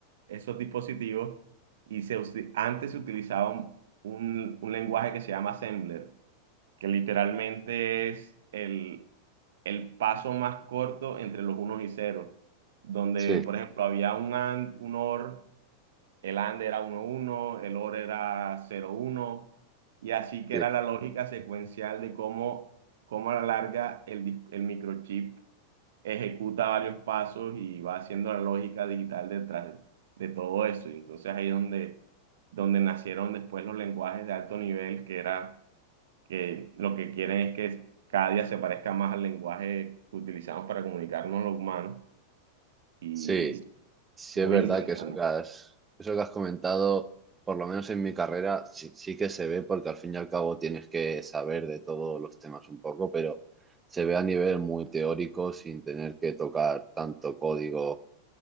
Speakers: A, on the right (about 60°); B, on the right (about 15°).
A: esos dispositivos y se, usi- antes se utilizaba un, un- un lenguaje que se llama assembler, que literalmente es el, el paso más corto entre los unos y ceros, donde
B: sí,
A: por ejemplo había un AND, un OR el under era uno uno el over era cero uno y así que
B: sí.
A: era la lógica secuencial de cómo, cómo a la larga el, dis- el microchip ejecuta varios pasos y va haciendo la lógica digital detrás de todo eso. Y entonces ahí es donde, donde nacieron después los lenguajes de alto nivel, que era que lo que quieren es que cada día se parezca más al lenguaje que utilizamos para comunicarnos los humanos. Y
B: Sí, sí
A: muy
B: es verdad
A: interesante.
B: que eso que has, eso que has comentado, por lo menos en mi carrera, sí, sí que se ve porque al fin y al cabo tienes que saber de todos los temas un poco, pero se ve a nivel muy teórico sin tener que tocar tanto código